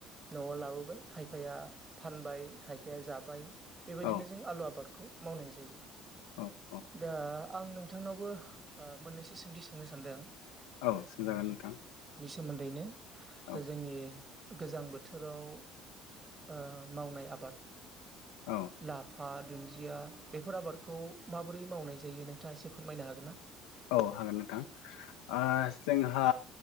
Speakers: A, on the right (about 30°); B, on the left (about 75°).
A: न'आव लाबोबाय खायफाया फानबाय खायफाया जाबाय। बेबायदिनो
B: औ
A: जों आलु आबादखौ मावनाय जायो
B: औ औ
A: दा आं नोंथांनावबो ओ मोननैसो सोंथि सोंनो सान्दों
B: औ सोंजागोन नोंथां
A: सोमोन्दैनो
B: औ
A: दा जोंनि गोजां बोथोराव ओ मावनाय आबाद
B: औ
A: ला फा दुन्दिया बेफोर आबादखौ माबोरै मावनाय जायो नोंथाङा एसे फोरमायनो हागोन ना?
B: औ हागोन नोंथां ओ जोंहा